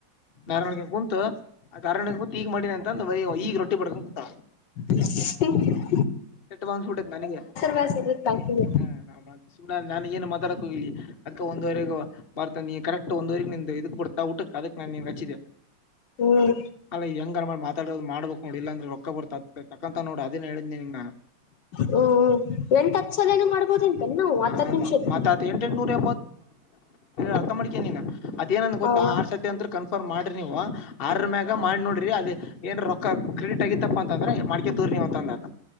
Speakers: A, on the left; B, on the left.
A: ದಾರಾಯಣಗೆ ಕುರತು ದಾರಾಯಣ್ಯ ಕುತು ಈಗ ಮಾಡಿನಿ ಅಂತಂದುಯ ಈಗ ರೊಟ್ಟಿ ಬಡ್ಕ್ ಕುೂತ
B: ಹ್ಮ
A: ಎಟ್ಟು ಬಾವನ್ ಸಟ ನನಗೆ
B: ಬಾಸ್ ಇರತ್ ಬಾಕಿದೆ
A: ಹಾ ನ ಸುಮ ನಾನು ಏನು ಮಾತಾಡಕ್ ಹೋಗಿಲಿ ಅದ್ಕ ಒಂದುವರೆ ಬರ್ತ ನೀ ಕರೆಕ್ಟ್ ಒಂದವರೆ ಇದ ಕೊಡ್ ಊಟಕ್ ಅದಕ್ ನಾನನ್ ರಚ್ಚಿದ್ದೆ
B: ಹ್ಮ್
A: ಅಲ್ಲ ಹೆಂಗರ ಮಾತಾಡ್ ಮಾಡ್ಬೇಕು ನೋ ಇಲ್ಲಾಂದ್ರೆ ಹಕ್ಕ ಬರ್ತ ತಕ್ಕಂತ ನೋಡಿ ಅದೇ ಹೇಳಿದ್ರರಿನಿ ನಾನು
B: ಹ್ಮ್ ಎಂಟ ಹತ್ ಸಲನು ಮಾಡ್ಬೋದಂತೇನ್ ನಾವು ಹತ್ತತ್
A: ಹ
B: ನಿಮಿಷದ
A: ಮಾ ತಾತ ಎಂಟ ಎಟನೂರ ಅರ್ಥ ಮಾಡ್ಕೇನಾ ಅದೇಏನಂದ ಗೊಾ
B: ಅವ
A: ಆರ್ ಸರ್ತಿ ಅಂತತ್ ಕನ್ಫರ್ಮ್ ಮಾಡ್ರಿ ನೀವು ಆರ ಮ್ಯಾಗ ಮಾಡಿ ನೋಡ್ರಿ ಅದ ಏನ್ ರೊಕ್ಕ ಕ್ರೆಡಿಟ್ ಆಗಿತ್ತಪ್ಪ ಅಂತಂದ್ರೆ ಮ್ಕೆ ತೋರ್ ನೀವ ಅಂತಂದತ